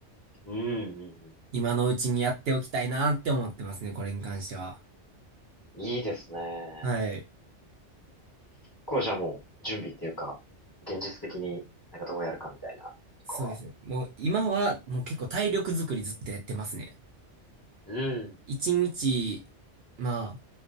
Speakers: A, on the left; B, on the right.
A: うん、うん
B: 今のうちにやっておきたいなって思ってますね、これに関しては。
A: うん。いいですね。
B: はい。
A: こうじゃあもう、準備っていうか、現実的になんかどうやるかみたいなことかは。
B: そうですね。もう今は、もう結構体力作りずっとやってますね。
A: うん。
B: 一日、まあ、